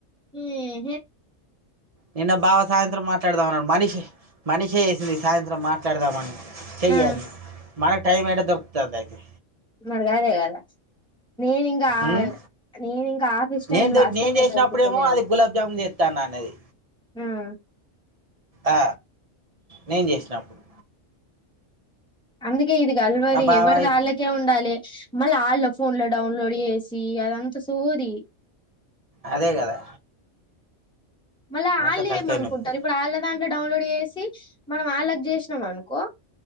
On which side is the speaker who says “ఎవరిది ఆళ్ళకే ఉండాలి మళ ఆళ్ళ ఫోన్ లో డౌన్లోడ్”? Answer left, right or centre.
Centre